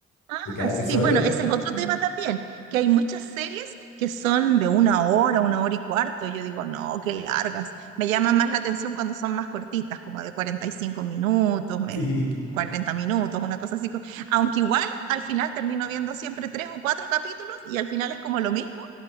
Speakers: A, on the right (about 80°); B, on the left (about 50°).
A: Ah,
B: Y cada episodio,
A: sí, bueno, ese es otro tema también, que hay muchas series que son de una hora, una hora y cuarto. y Yo digo, no, qué largas. Me llama más la atención cuando son más cortitas, como de 45 minutos, me-
B: sí,
A: 40 minutos, una cosa así. co- Aunque igual al final termino viendo siempre tres o cuatro capítulos y al final es como lo mismo,